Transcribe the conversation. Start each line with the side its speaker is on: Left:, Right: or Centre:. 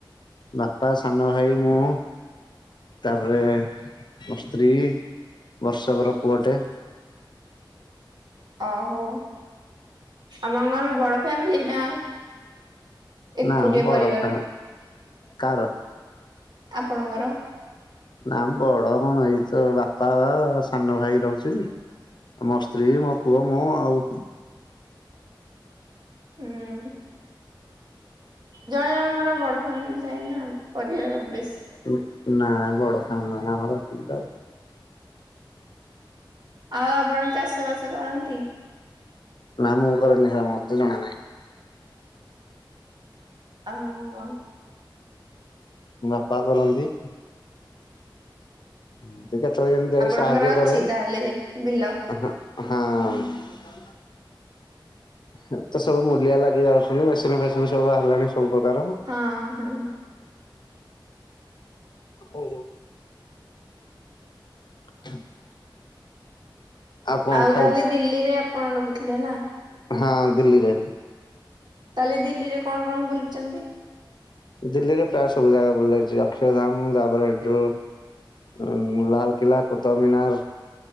Left: ବାପା ସାନ ଭାଇ ମୁଁ ତାପରେ ମୋ ସ୍ତ୍ରୀ ବର୍ଷକର ପୁଅଟେ।
Right: ଅ ହୋ ଆପଣଙ୍କର ବଡ଼ ଫାମିଲି ନା ଏକୁଟିଆ
Left: ନା ମ ବଡ
Right: ପରିବାର
Left: ଫ୍ୟାମିଲି କାର
Right: ଆପଣଙ୍କର।
Left: ନା ବଡ କଣ ଏଇ ତ ବାପା ସାନ ଭାଇ ରହୁଛି। ମୋ ସ୍ତ୍ରୀ ମୋ ପୁଅ ମୁଁ ଆଉ।
Right: ହୁଁ। ଜଣେ ଜଣଙ୍କର ବଡ ଫ୍ୟାମିଲି ଥାଏନା ପରିବାର ବେସି।
Left: ଉ ନା ବଡ ଫାଂମିଲ ନୁହଁ ଆମର ଏତିକି ତ।
Right: ଆଉ ଆପଣ ଚାଷ ବାସ କରନ୍ତି।
Left: ନା ମୁଁ କରେନି ହେରା ମତେ ଜଣା ନାଇଁ।
Right: ଆଁ ଓ।
Left: ମୋ ବାପା କରନ୍ତି। ମୁଁ କେତେବେଳେ କେମତି ଯାଇକି
Right: ଆପଣଙ୍କର
Left: ସାହାଯ୍ୟ
Right: ଅଛି
Left: କରେ।
Right: ତାହେଲେ ବିଲ?
Left: ଆ ହାଁ ହଁ। ଏ ତ ସବୁ ମୂଲିଆ ଲାଗି ଯାଉଛନ୍ତି ମେସିନ ଫେସିନ ସବୁ ବାହାରିଲାଣି ସବୁ ପ୍ରକାର।
Right: ହଁ ହଁ।
Left: ଓ ହଉ। <unintelligible> କଣ
Right: ଆଉ
Left: ଖାଇ
Right: ତାହେଲେ ଦିଲ୍ଲୀରେ ଆପଣ ରହୁଥିଲେ ନା।
Left: ହଁ ଦିଲ୍ଲୀରେ।
Right: ତାହେଲେ ଦିଲ୍ଲୀରେ କଣ କଣ ବୁଲିଚନ୍ତି?
Left: ଦିଲ୍ଲୀରେ ପ୍ରାୟ ସବୁ ଜାଗା ବୁଲି ଯାଇଛି ଅକ୍ଷୟଧାମ ତାପରେ ଏଠୁ ଉଁ ଲାଲକିଲ୍ଲା, କୁତୁବ ମିନାର।